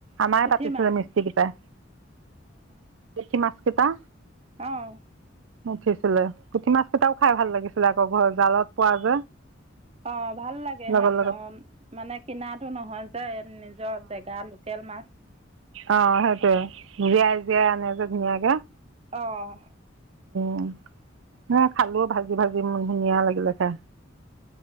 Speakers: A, on the right; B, on the right.
A: আমাৰে
B: পুঠি
A: পাতিছিলে
B: মাছ
A: মিস্ত্ৰীকেইটাই। পুঠি মাছ কেইটা?
B: অ'।
A: উঠিছিলে, পুঠি মাছ কেইটাও খাই ভাল লাগিছিলে আকৌ ঘৰৰ জালত পোৱা যে।
B: অ' ভাল লাগে
A: লগত
B: সে
A: লগত
B: ঘৰ মানে কিনাটো নহয় যে নিজে নিজৰ জেগা, লোকেল মাছ।
A: অ' সেইটোৱে। জীয়াই-জীয়াই আনে যে ধুনীয়াকে।
B: অহ।
A: <unintelligible> এয়া খালো ভাজি-ভাজি, ধুনীয়া লাগিলে খাই।